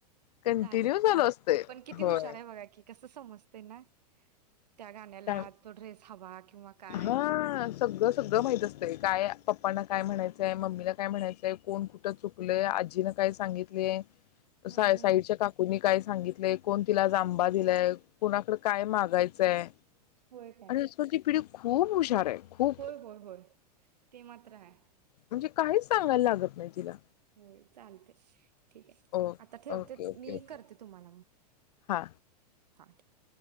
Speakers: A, on the left; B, on the right.
A: कंटिन्यू
B: झालं की
A: चालू असतंय.
B: पण किती
A: होय.
B: हुशार आहे बघा कि कसं समजते ना. त्या गाण्याला
A: काय
B: तो ड्रेस हवा किंवा काय
A: हा
B: हम्म
A: सगळं सगळं माहित असतंय काय पप्पांना काय म्हणायचंय मम्मीला काय म्हणायचंय कोण कुठ कोण कुठ चुकलं आजीनं काय सांगितलीय. साई
B: हम्म
A: साईच्या
B: हम्म.
A: काकूंनी काय सांगितलंय कोण तिला जांबा दिलाय कोणाकडे काय मागायचंय
B: होय काय
A: आणि सो ती पीढी खूप हुशार आहे. खूप
B: होय होय होय ते मात्र हाय.
A: म्हणजे काहीच सांगायला लागत नाही तिला.
B: होय चालतय. ठीक आहे
A: ओ
B: आता ठेवते
A: ओके ओके
B: मी
A: ओके
B: करते तुम्हाला मग
A: हा
B: हां ठीक